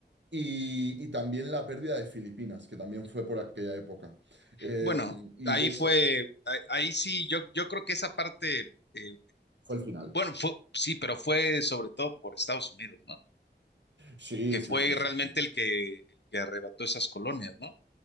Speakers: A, on the right; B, on the left.
A: y, y también la pérdida de Filipinas, que también fue por aquella época. Eh,
B: Bueno,
A: y
B: ahí
A: eso
B: fue, ahí, ahí sí, yo, yo creo que esa parte, eh,
A: fue el final.
B: bueno, fue, sí, pero fue sobre todo por Estados Unidos, ¿no?
A: Sí,
B: Que
A: sí,
B: fue
A: sí,
B: realmente
A: sí.
B: el que, el que arrebató esas colonias, ¿no?